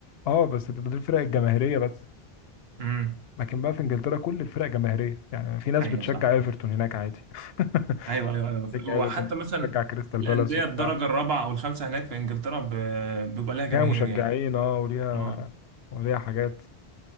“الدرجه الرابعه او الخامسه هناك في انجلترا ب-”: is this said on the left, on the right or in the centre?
Right